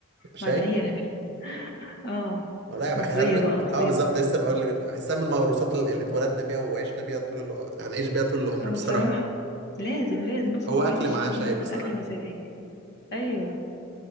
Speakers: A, on the right; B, on the left.
A: شاي
B: بعد اي اكل اه
A: ولا يا بحي
B: مصرية
A: انت
B: بقى أصيلة
A: اه بالظبط لسه بقول لك بحسها من الموروثات اللي اللي اتولدنا بيها وعشنا بيها طول الع... هنعيش بيها طول العمر
B: اه
A: بصراحه
B: بصراحة لازم لازم بص كوباية
A: هو اكل
B: الشاي
A: معاه
B: دي
A: شاي
B: بعد
A: بصراحه
B: الأكل مزاج أيوة